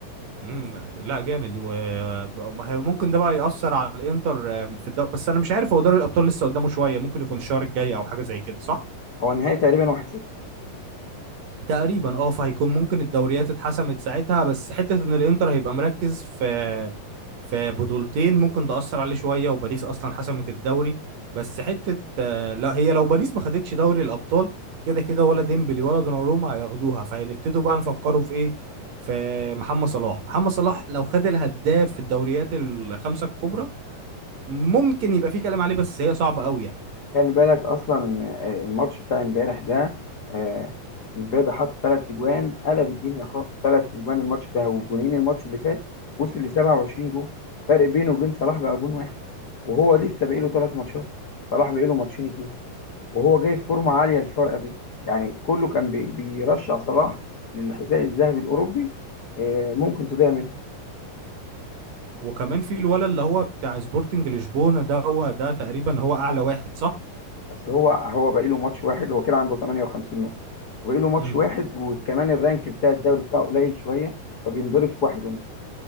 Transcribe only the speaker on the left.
هو النهائي تقريبا 1-6
خلي بالك اصلا ان آه، الماتش بتاع امبارح ده آه، امبابي حط ثلاث اجوان قلب الدنيا خالص ثلاث اجوان الماتش ده وجونين الماتش اللي فات وصل ل 27 جون فرق بينه وبين صلاح بقى جون واحد وهو لسه باقي له ثلاث ماتشات صلاح باقي له ماتشين اتنين وهو جاي في فورمه عاليه الفرقه دي يعني كله كان بي- بيرشح صلاح للحذاء
الذهبي الاوروبي آه، ممكن تضيع منه
بس هو هو باقي له ماتش واحد هو كده عنده 58 نقطه وباقي له ماتش
واحد وكمان الرانك بتاع الدوري بتاعه قليل شويه فبينضرب في واحد ونص